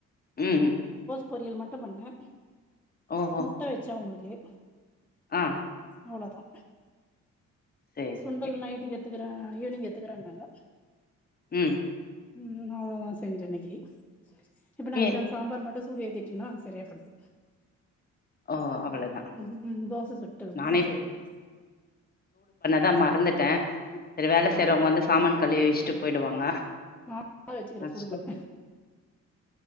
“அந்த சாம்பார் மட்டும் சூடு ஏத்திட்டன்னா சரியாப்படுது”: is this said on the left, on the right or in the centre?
Centre